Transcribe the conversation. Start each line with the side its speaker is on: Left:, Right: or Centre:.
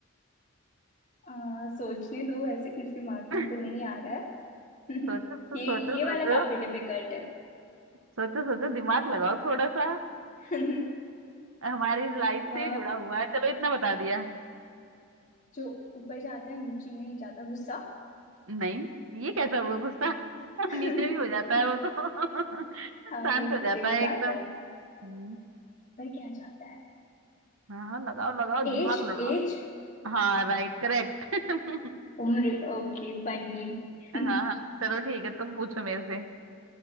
Left: आ, सोचने दो ऐसे कुछ दिमाग
Right: <laughs>
Left: में तो नहीं आ रहा है
Right: सोचो
Left: <laughs>
Right: सो-
Left: ये
Right: सोचो
Left: ये वाला
Right: सोचो
Left: काफी डिफिकल्ट है
Right: सोचो सोचो दिमाग लगाओ थोड़ा सा
Left: <laughs>
Right: हमारी लाइफ
Left: आ,
Right: से जुड़ा हुआ है चलो इतना बता दिया
Left: जो ऊपर जाता है नीचे नहीं जाता गुस्सा
Right: नहीं ये कैसा हुआ गुस्सा <laughs>
Left: <laughs>
Right: नीचे भी हो जाता है वो तो <laughs> शांत
Left: हाँ वो नीचे
Right: हो जाता
Left: भी
Right: है
Left: जाता
Right: एकदम
Left: है
Right: हम्म,
Left: पर क्या जाता है
Right: हाँ हाँ लगाओ लगाओ दिमाग
Left: एज
Right: लगाओ
Left: एज
Right: हाँ राइट करेक्ट <laughs>
Left: उम्र Okay finally <laughs>
Right: हाँ हाँ चलो ठीक है तुम पूछो मेरे से